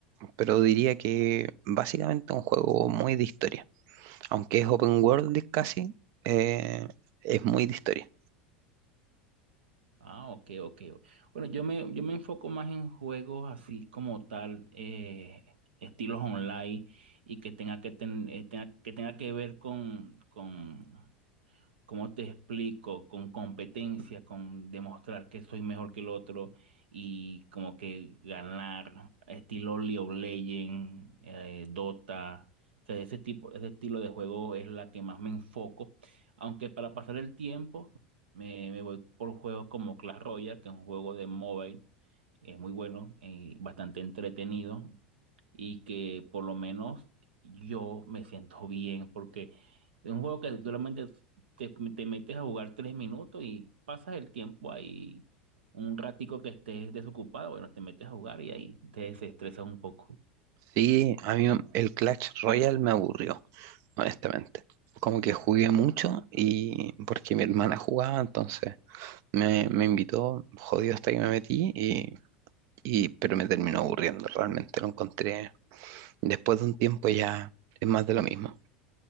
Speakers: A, on the right; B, on the right.
A: pero diría que básicamente es un juego muy de historia. Aunque es open world casi, eh, es muy de historia.
B: Ah, ok, ok. Bueno, yo me, yo me enfoco más en juegos así como tal, eh, estilos online y que tenga que, ten- eh, tenga, que tenga que ver con, con ¿Cómo te explico? Con competencia, con demostrar que soy mejor que el otro y como que ganar, estilo League of Legends, eh, Dota. O sea, ese tipo, ese estilo de juego es la que más me enfoco. Aunque para pasar el tiempo me, me voy por juegos como Clash Royale, que es un juego de mobile, es muy bueno, eh, bastante entretenido y que por lo menos yo me siento bien porque es un juego que solamente te, te metes a jugar tres minutos y pasas el tiempo ahí un ratico que estés desocupado, bueno, te metes a jugar y ahí te desestresas un poco.
A: Sí, a mí el Clash Royale me aburrió, honestamente. Como que jugué mucho y porque mi hermana jugaba, entonces me, me invitó, jodido hasta que me metí, y, y- pero me terminó aburriendo, realmente lo encontré. Después de un tiempo ya es más de lo mismo.